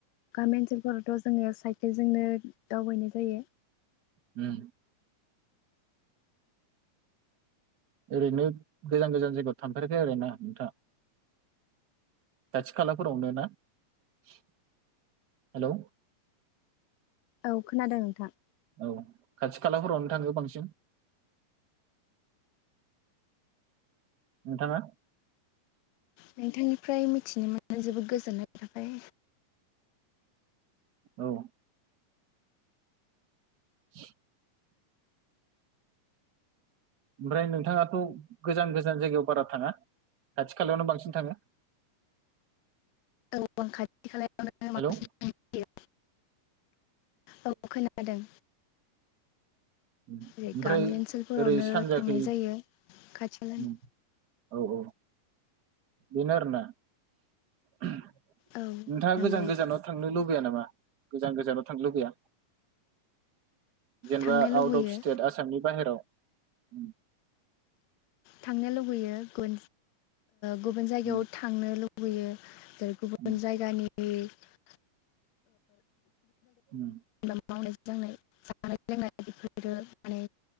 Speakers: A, on the left; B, on the right.
A: गामि ओनसोलफोरावथ' जोङो साइकेलजोंनो दावबायनाय जायो।
B: उम। ओरैनो गोजान गोजान जायगायाव थांफेराखै आरो ना नोंथां खाथि खालाफोरावनो ना हेलौ।
A: औ खोनादों नोंथां।
B: औ खाथि खालाफोरावनो थाङो बांसिन। नोंथाङा?
A: नोंथांनिफ्राय मिथिनो मोनना जोबोद गोजोननाय थाबाय।
B: औ। <inaudible> ओमफ्राय नोंथाङाथ' गोजान गोजान जायगायाव बारा थाङा खाथि खालायावनो बांसिन थाङो।
A: ओं खाथि खालायावनो बांसिन
B: हेलौ
A: थांनाय जायो। औ खोनादों।
B: ओमफ्राय
A: ओरै गामि ओनसोलफोरावनो
B: ओरै सानजाखै
A: थांनाय जायो खाथि खालानि
B: उम, औ औ। बिनो आरोना। नोंथाङा
A: औ नंगौ
B: गोजान गोजानाव थांनो लुबैया नामा? गोजान गोजानाव थांनो लुबैया? जेनेबा
A: थांनो लुबैयो
B: आउट अफ स्टेट आसामनि बाहेराव। उम
A: थांनो लुबैयो ओ। गुबुन जायगायाव
B: उम
A: थांनो लु लुबैयो। गुबुन
B: उम
A: जायगानि <unintelligible> <unintelligible>
B: उम
A: मावनाय दांनाय जानाय लोंनाय बेफोरो माने